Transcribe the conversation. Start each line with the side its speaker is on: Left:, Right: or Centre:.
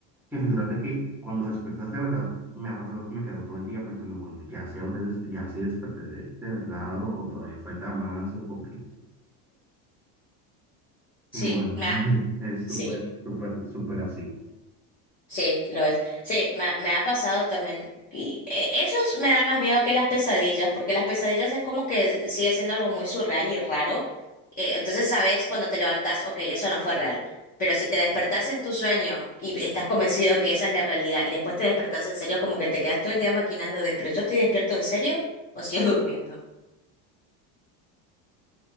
Centre: Que figúrate que cuando despertas de verdad, me ha pasado que me quedo todo el día pensando, bueno, ya sí, habré des- ya sí desperté de, de verdad o, o todavía falta más o, o qué.
Left: Sí,
Centre: Y bueno,
Left: me
Centre: <laughs>
Left: ha-
Centre: es súper,
Left: sí.
Centre: súper, súper así.
Left: Sí, lo es. Sí, me, ha me ha pasado también. Y eh, esos me dan más miedo que las pesadillas, porque las pesadillas es como que sigue siendo algo muy surreal y raro. Eh, entonces sabes cuando te levantás, ok, eso no fue real. Pero si te despertás en tu sueño y estás convencido que esa es la realidad y después te despertás en serio, como que te quedas todo el día maquinando de, pero yo estoy despierto en serio o sigo <laughs> durmiendo.